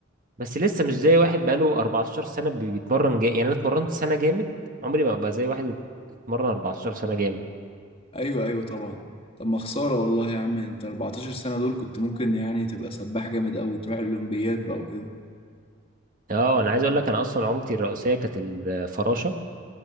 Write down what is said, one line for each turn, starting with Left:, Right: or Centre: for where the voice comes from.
Right: بس لسه مش زي واحد بقاله 14 سنه بي- بيتمرن جا... يعني انا اتمرنت سنه جامد عمري ما ابقى زي واحد اتمرن 14 سنه جامد
Left: ايوه ايوه طبعا طب ما خساره والله يا عم انت 14 سنه دول كنت ممكن يعني تبقى سباح جامد قوي تروح الاولمبياد بقى وكده
Right: اه انا عايز اقول لك انا اصلا عملتي الرئيسيه كانت الفراشه